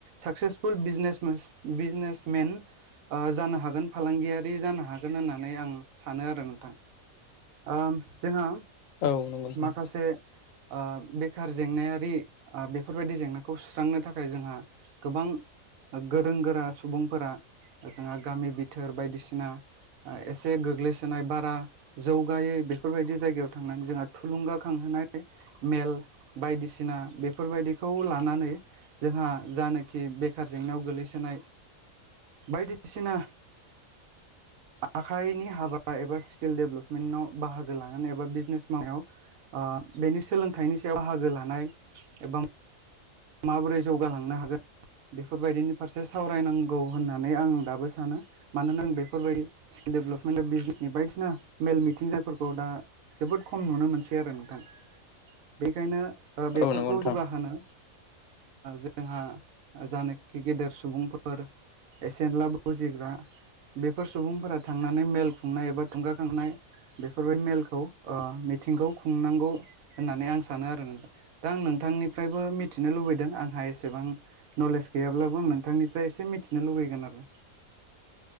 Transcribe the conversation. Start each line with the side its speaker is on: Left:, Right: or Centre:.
Right: सक्सेसफुलने बिजनेसमेन आ जानो हागोन फालांगियारि जानो हागोन होननानै आं सानो आरो नों थां आम जोंहा
Left: औ नंगौ नोंथां
Right: माखासे आ बेखार जेंनायारि बेफोरबायदि जेंनाखौ सुस्रांनो थाखाय जोंहा गोबां गोरों गोरा सुबुंफोरा जोंहा गामि बिथोर बायदिसिना एसे गोग्लैसोनाय बा आ जौगायो बेफोरबायदि जायगायाव थांनानै जोंहा थुलुंगाखांहोनाय मेल बायदिसिना बेफोरबायदिखौ लानानै जोंहा जानाखि बेखार जेंनायाव गोग्लैसोनाय बायदिसिना आखाइनि हाबा एबा स्किल डेभेलपमेन्टाव बाहागो लागोन एबा बिजनेस मायाव आ बेनि सोलोंथाइनि सायाव बाहागो लानाय एबा माबोरै जौगालांनो हागोन बेफोरबायदिनि फारसे सावरायनांगौ होननानै आं दाबो सानो मानोना आ बेफोरबायदि स्किल डेभलपमेन्ट बिजनेसनि बायदिसिना मेल मिथिं जायफोरखौ दा जोबोद खम नुनो मोनसै आरो नोंथां बेखायनो बेफोरखौ
Left: औ नंगौ नोंथां
Right: जौगाहोनो जोंहा जानाखि गेदेर सुबुंफोर एसेब्लाबो बुजिग्रा बेफोर सुबुंफोरा थांनानै मेल खुंनाय एबा थुंगाखांनाय बेफोरबायदि मेलखौ मिथिंखौ खुंनांगौ होननानै आं सानो आरो नों दा आं नोंथांनिफ्रायबो मि थिनो लुबैदों आंहा एसेबां नलेज गैयाब्लाबो आं नोंथांनिफ्राय एसे मिथिनो लुुबैगोन आरो